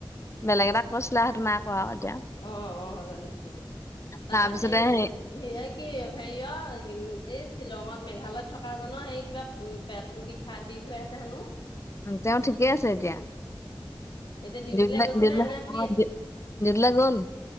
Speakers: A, on the left; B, on the left.
A: বেলেগ এটা কৈছিলা সেইটো‌ নাই। কোৱা আৰু এতিয়া
B: অ', অ', জানিছোঁ। তাপা
A: তাৰপিছতে
B: হেই
A: হেৰি
B: কি হেৰি অ', এই শ্বিলঙত, মেঘালয়ত থকা জনৰ হেই কিবা উম, পেটটো বিষাই বিষ হৈ আছে হেনোঁ?
A: উ, তেওঁ ঠিকে আছে এতিয়া।
B: এতিয়া ডিউটিলৈ
A: ডিউটিলে‌,
B: গৈছে
A: ডিউটিলে‌,
B: নে এনে শুই আছে
A: ডি-ডিউটিলে‌ গ'ল?